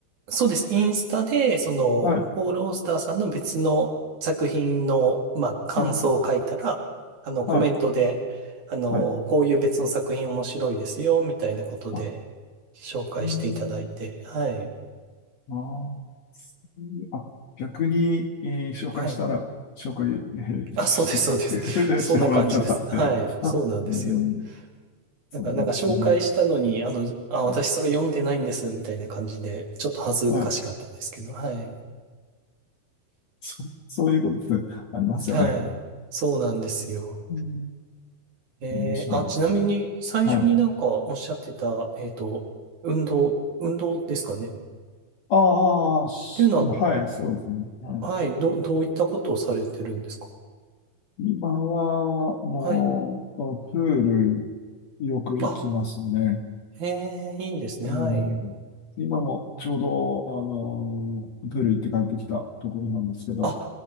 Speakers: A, on the right; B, on the left.
A: そうです。インスタで、その、
B: はい。
A: ポール・オースターさんの別の作品の、まあ、感想を書いたら、
B: うんうん。
A: あの、コメントで、
B: はい。
A: あの、
B: はい。
A: こういう別の作品面白いですよ、みたいなことで、
B: あ、
A: 紹介していただいて、
B: えー、
A: はい。
B: あー、そういうあ、逆に、えー紹介したら、
A: はい。
B: 紹介、えーして、
A: あ、そうです、そうです。
B: <laughs>
A: そんな感じです。
B: してもらっちゃったっていう。
A: はい。そうなんですよ。
B: あ、うん、そうなんですね。
A: だから、なんか紹介したのに、あの、あ、私それ読んでないんです、
B: うん
A: みたいな感じで、ちょっと恥ずかしかったですけど、
B: はい。
A: はい。
B: そ、そういうことってありますよね。
A: はい。そうなんですよ。
B: うん。
A: えー、
B: 面白いですね。
A: あ、ちなみに、最初になんかおっしゃってた、
B: はい。
A: えっと、運動、運動ですかね。っ
B: ああ、しはい、
A: ていうの
B: そうですね。はい
A: は、はい、ど、どういったことをされてるんですか
B: 今は、もう、
A: はい。
B: プール、よく行きますね。
A: あ、えー、いいですね。
B: うん。
A: はい。
B: 今もちょうど、あのープール行って帰ってきたところなんですけど、
A: あ、